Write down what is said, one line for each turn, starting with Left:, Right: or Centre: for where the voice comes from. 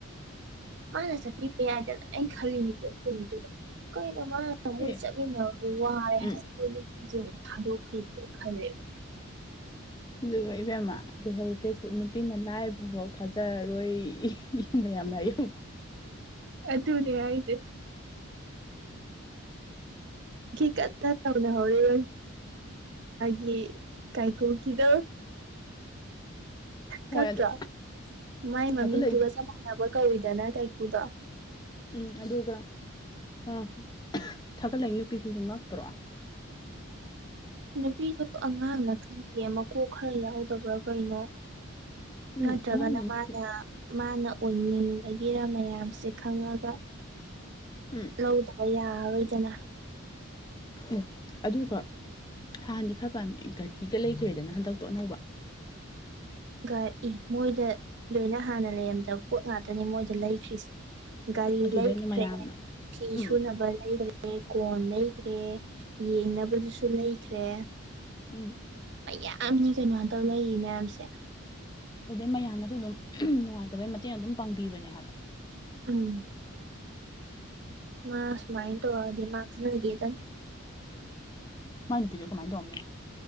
Right: ꯃꯥꯅ ꯆꯠꯄꯤꯕ ꯌꯥꯏꯗꯅ ꯑꯩꯅ ꯈꯜꯂꯤꯅꯤꯤꯀꯣ ꯅꯨꯃꯤꯠꯇꯨꯗ ꯀꯩꯅꯣ ꯃꯥ ꯃꯣꯏ
Left: ꯑꯦ
Right: ꯆꯠꯃꯤꯟꯅꯔ ꯋꯥꯔꯦ
Left: ꯎꯝ
Right: ꯍꯥꯏꯕꯗꯣ ꯅꯨꯄꯤꯁꯦ ꯑꯃꯨꯛ ꯊꯥꯗꯣꯛꯈ꯭ꯔꯤꯁꯦ ꯈꯜꯂꯦꯕ
Left: ꯑꯗꯨꯒ ꯏꯕꯦꯝꯃ ꯂꯣꯏꯍꯧꯋꯤ ꯐꯦꯁꯕꯨꯛ ꯅꯨꯄꯤꯅ ꯂꯥꯏꯚ ꯐꯕꯥꯎ ꯊꯥꯖꯔꯔꯣꯏ ꯌꯦꯡꯕ ꯌꯥ ꯌꯥꯝꯅꯌꯦ
Right: ꯑꯗꯨ ꯇꯅꯦ ꯍꯥꯏꯗ ꯀꯩ ꯀ ꯇꯅ ꯍꯧꯔ ꯒꯦ ꯀꯥꯏꯀꯣ ꯀꯗꯣ
Left: ꯍꯣꯏ
Right: ꯀꯠꯇ꯭ꯔꯣ
Left: ꯑꯗꯣ
Right: ꯃꯥꯏ ꯃꯃꯤꯡꯗꯨꯒ
Left: ꯊꯥꯒꯠꯂꯛꯏ
Right: ꯆꯞ ꯃꯥꯟꯅꯕ ꯀꯧꯏꯗꯅ ꯀꯥꯏꯀꯨꯗꯣ
Left: ꯎꯝ ꯑꯗꯨꯒ ꯎ ꯊꯥꯒꯠꯂꯛꯏ ꯅꯨꯄꯤꯁꯤꯁꯨ ꯉꯥꯛꯇ꯭ꯔꯣ
Right: ꯅꯨꯄꯤꯗꯨꯣ ꯑꯉꯥꯡꯅ ꯈꯪꯗꯦ ꯃꯀꯣꯛ ꯈꯔ ꯌꯥꯎꯗꯕ꯭ꯔꯥ ꯀꯩꯅꯣ
Left: ꯎꯝ
Right: ꯅꯠꯇ꯭ꯔꯒꯅ
Left: ꯑꯉꯥꯡꯗꯤ ꯅꯠꯇꯦ
Right: ꯃꯥꯅ ꯃꯥꯅ ꯑꯣꯏꯅꯤꯡꯕꯒꯤꯔꯥ ꯃꯌꯥꯝꯁꯦ ꯈꯪꯉꯒ
Left: ꯎꯝ
Right: ꯂꯧꯗ ꯌꯥꯔꯣꯏꯗꯅ
Left: ꯎ ꯑꯗꯨꯒ ꯍꯥꯟꯅꯗꯤ ꯈꯔ ꯄꯥꯝꯃꯤ ꯒꯥꯇꯤꯗ ꯂꯩꯈ꯭ꯔꯦꯗꯅ ꯍꯟꯗꯛꯇꯤ ꯑꯅꯧꯕ
Right: ꯒꯥꯔ ꯏ ꯃꯣꯏꯗ ꯂꯣꯏꯅ ꯍꯥꯟꯅ ꯂꯩꯔꯝꯗꯕ ꯄꯣꯠ ꯉꯥꯛꯇꯅꯦ ꯃꯣꯏꯗ ꯂꯩꯈ꯭ꯔꯤꯁꯦ ꯒꯥꯔꯤ
Left: ꯑꯗꯨꯗꯩꯅꯦ
Right: ꯂꯩꯈ꯭ꯔꯦ
Left: ꯃꯌꯥꯝꯅ
Right: ꯐꯤ
Left: ꯎꯝ
Right: ꯁꯨꯅꯕ ꯂꯩꯈ꯭ꯔꯦ ꯀꯣꯟ ꯂꯩꯈ꯭ꯔꯦ ꯌꯦꯡꯅꯕꯗꯨꯁꯨ ꯂꯩꯈ꯭ꯔꯦ
Left: ꯎꯝ
Right: ꯌꯥꯝꯅꯤ ꯀꯩꯅꯣꯇꯧ ꯂꯩ ꯃꯌꯥꯝꯁꯦ
Left: ꯑꯗꯨꯗꯩ ꯃꯌꯥꯝꯅꯁꯨ ꯑꯗꯨꯝ ꯅꯨꯡꯉꯥꯏꯇꯕꯩ ꯃꯇꯦꯡ ꯑꯗꯨꯝ ꯄꯥꯡꯕꯤꯕꯅꯦ ꯍꯥꯏꯕ
Right: ꯎꯝ ꯃꯥ ꯁꯨꯃꯥꯟ ꯇꯧꯔꯗꯤ ꯃꯥꯡꯖꯒꯦꯗꯅꯤ
Left: ꯃꯥꯏ ꯅꯨꯄꯤꯗꯨ ꯀꯃꯥꯏ ꯇꯧꯔꯝꯅꯤ